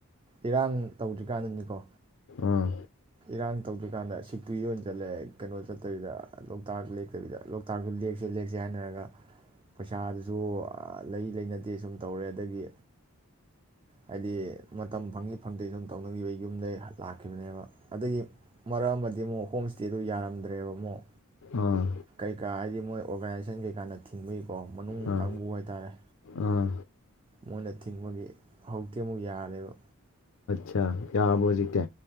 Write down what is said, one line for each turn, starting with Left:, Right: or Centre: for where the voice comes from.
Right: ꯏꯔꯥꯡ ꯇꯧꯗ꯭ꯔꯤꯀꯥꯟꯗꯅꯤꯀꯣ
Left: ꯑꯥ
Right: ꯏꯔꯥꯡ ꯇꯧꯗ꯭ꯔꯤꯀꯥꯟꯗ ꯁꯤꯛꯇꯨꯔꯤꯗ ꯑꯣꯏꯅ ꯆꯠꯂꯦ ꯀꯩꯅꯣ ꯆꯠꯇꯕꯤꯗ ꯂꯣꯛꯇꯥꯛ ꯂꯦꯛꯇꯕꯤꯗ ꯂꯣꯛꯇꯥꯛꯁꯨ ꯂꯦꯛꯁꯦ ꯂꯦꯛꯁꯦ ꯍꯥꯏꯅꯔꯒ ꯄꯩꯁꯥꯗꯨꯁꯨ ꯂꯩ ꯂꯩꯅꯗꯦ ꯁꯨꯝ ꯇꯧꯔꯦ ꯑꯗꯒꯤ ꯍꯥꯏꯗꯤ ꯃꯇꯝ ꯐꯪꯏꯤ ꯐꯪꯗꯦ ꯁꯨꯝ ꯇꯧꯅꯈꯤꯕ ꯌꯨꯝꯗꯩ ꯂꯥꯛꯈꯤꯕꯅꯦꯕ ꯑꯗꯒꯤ ꯃꯔꯛ ꯑꯃꯗꯤ ꯑꯃꯨꯛ ꯍꯣꯝ ꯏꯁꯇꯦꯗꯨ ꯌꯥꯔꯝꯗ꯭ꯔꯦꯕ ꯑꯃꯨꯛ
Left: ꯑꯥ ꯑꯥ
Right: ꯀꯩꯀꯥ ꯍꯥꯏꯗꯤ ꯃꯣꯏ ꯑꯣꯔꯒꯅꯥꯏꯖꯦꯁꯟ ꯀꯩꯀꯥꯅ ꯊꯤꯡꯕꯒꯤꯀꯣ ꯃꯅꯨꯡ
Left: ꯑꯥ
Right: ꯀꯥꯡꯕꯨ ꯍꯥꯏꯇꯥꯔꯦ
Left: ꯑꯥ
Right: ꯃꯣꯏꯅ ꯊꯤꯡꯕꯒꯤ ꯍꯧꯖꯤꯛꯇꯤ ꯑꯃꯨꯛ ꯌꯥꯔꯦꯕ
Left: ꯑꯆꯥ ꯌꯥꯔꯕꯣ ꯍꯧꯖꯤꯛꯇꯤ